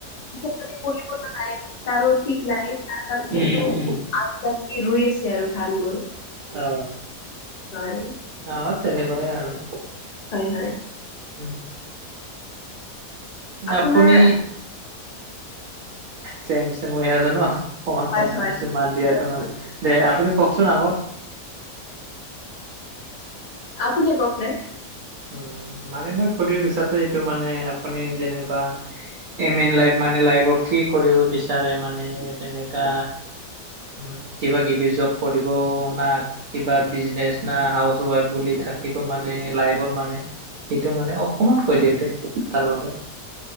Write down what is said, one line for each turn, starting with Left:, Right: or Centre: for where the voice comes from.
Left: <unintelligible> নাই তাৰো ঠিক নাই। তাৰ কাৰণে
Right: উম,
Left: আৰু
Right: উম,
Left: <unintelligible> ৰুই আছে আৰু ধানবোৰ।
Right: অ,
Left: হয়,
Right: অ তেনেকুৱাই আৰু।
Left: হয়, হয়।
Right: উম,
Left: আপোনাৰ
Right: আপুনি চেম চেম হৈ আছো ন, সমান
Left: হয়,
Right: সমান
Left: হয়,
Right: হৈ আছে মাত দিয়াটো
Left: হয়,
Right: মানে। দে আপুনি কওকচোন আগত।
Left: আপুনিয়ে কওক না।
Right: উম মানে মই সুধি বিচাৰু এইটো মানে আপুনি যেনিবা এম ইন লাইফ মানে লাইফত কি কৰিব বিচাৰে মানে তেনেকা উম কিবা কিবি জব কৰিবও না কিবা বিজনেচ না হাউচ ৱাইফ বুলি থাকিব মানে লাইফত? মানে সেইটো মানে অকমান কৈ দিয়ক দে তাৰ বাবে।